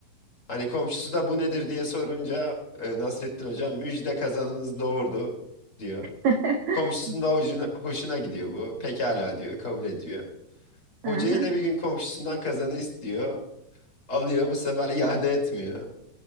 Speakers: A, on the left (about 25°); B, on the right (about 65°).
A: Hani komşusu da bu nedir diye sorunca e, Nasrettin Hoca müjde kazanınız doğurdu diyor.
B: <laughs>
A: Komşusunun da hoşuna, hoşuna gidiyor bu. Pekala diyor, kabul ediyor. Hoca
B: Hı hı,
A: yine bir gün komşusundan kazanı istiyor. Alıyor bu sefer iade etmiyor.